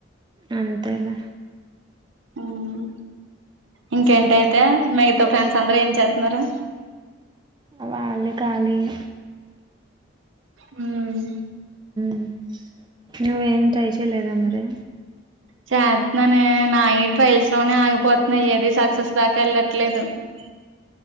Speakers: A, on the right; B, on the right.
A: అంతేలె
B: ఉమ్ ఇంకేంటయితే
A: నువ్వు
B: మిగతా ఫ్రెండ్స్ అందరుూ ఏం చేస్తున్నారు
A: ఆ వాళ్ళు కాలియే
B: మ్
A: మ్ నువ్వేం ట్రై చేయలేదా మరి
B: చేస్తున్నానే నాయి ట్రయల్స్లోనే ఆగిపోతున్నాయి. ఏది సక్సెస్ దాకా ఎళ్ళట్లేదు <unintelligible>